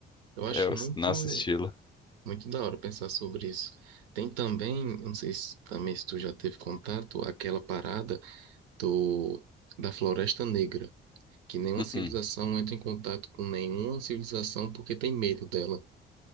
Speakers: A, on the right; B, on the left.
A: Eu acho
B: É o
A: muito,
B: nosso estilo.
A: muito da hora pensar sobre isso. Tem também, eu não sei se também se tu já teve contato, aquela parada do, da Floresta Negra, que nenhuma
B: Uh-uh,
A: civilização entra em contato com nenhuma civilização porque tem medo dela.